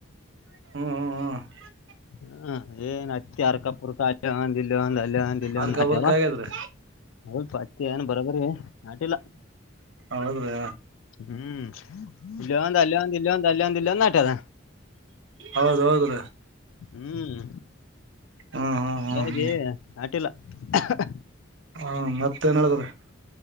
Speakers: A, on the right; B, on the left.
A: ಹ್ಮ್ ಹ್ಮ್ ಹ್ಮ್
B: ಹ್ಮ ಏನ್ ಅತ್ತ ಅರ್ಕಪುರ್ಕ ಆಟ ಒಂದ್ ಇಲ್ಲಿ ಒಂದ್ ಅಲ್ಲಿ ಒಂದ ಇಲ್ಲಿ
A: ಅರ್ಕ
B: ಒಂದ್ ಆಟ್ಯವಾತ್ತ
A: ಬರ್ಕ ಹಾಗಾದ್ರೆ
B: ಏನು ಬರಬರಿ ನಟಿಲ್ಲ
A: ಹೌದ್ರಿ
B: ಹ್ಮ್ ಹ್ಮ ಇಲ್ಲಾಂತ ಅಲ್ಲ ಇಲ್ಲಂತ ಅಲ್ಲಾ ಇಲ್ಲ ನಟದ
A: ಹೌದ ಹೌದ್ರೀ
B: ಹ್ಮ್
A: ಹ್ಮ್ ಹ್ಮ್ ಹ್ಮ್
B: ಸಾಗಿ ಆಟಿಲ್ಲ ಹ
A: ಹಾ ಮತ್ತೇನ್ ಹೇಳಿದ್ರಿ